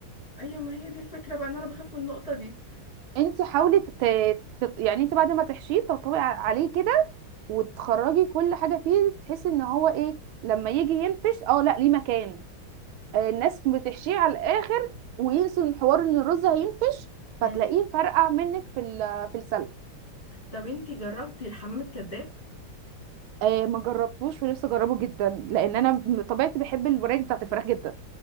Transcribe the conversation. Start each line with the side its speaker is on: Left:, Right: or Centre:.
Left: ايوه ما هي دي الفكرة بقى ان انا بخاف من النقطة دي
Right: انت حاولي تت... تت- يعني انت بعد ما تحشيه تطبقي ع- عليه كده وتخرجي كل حاجه فيه تحسي ان هو ايه لما يجي ينفش اه لا ليه مكان آه، الناس بتحشيه على الاخر وينسوا ان حوار ان الرز هينفش
Left: مم.
Right: فتلاقيه فرقع منك في ال- في السلق
Left: طب انتي جربتي الحمام الكذاب
Right: آه، ما جربتوش ونفسي اجربه جدا لان انا بطبيعتي بحب الوراك بتاعت الفراخ جدا